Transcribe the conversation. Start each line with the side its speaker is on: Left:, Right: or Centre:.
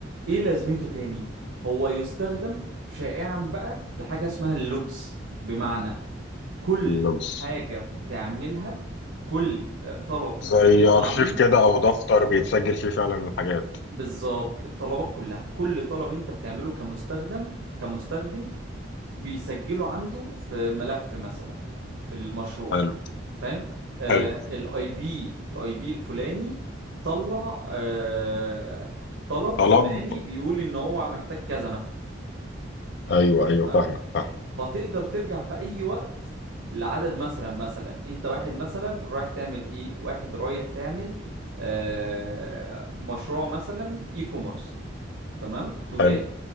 Right: ايه لازمته تاني هو يستخدم شائعا بقى لحاجة اسمها اللوجز بمعنى كل
Left: اللوجز
Right: حاجة بتعملها كل آه، طلب
Left: زي
Right: بيطلع
Left: ارشيف
Right: منك
Left: كده او دفتر بيتسجل فيه فعلا الحاجات
Right: بالظبط الطلبات كلها كل طلب انت بتعمله كمستخدم كمستخدم بيسجله عنده في ملف مثلا في المشروع
Left: حلو
Right: انت فاهم آه
Left: حلو
Right: الاي بي الاي بي الفلاني طلع آه، طلب
Left: طلب
Right: فلاني بيقول ان هو محتاج كذا مك-
Left: ايوه ايوه
Right: تمام
Left: فاهمك فاهم
Right: فتقدر ترجع في اي وقت العدد مثلا مثلا انت واحد مثلا رايح تعمل ايه واحد رايح تعمل آه مشروع مثلا اي كوميرس تمام تجاري
Left: حلو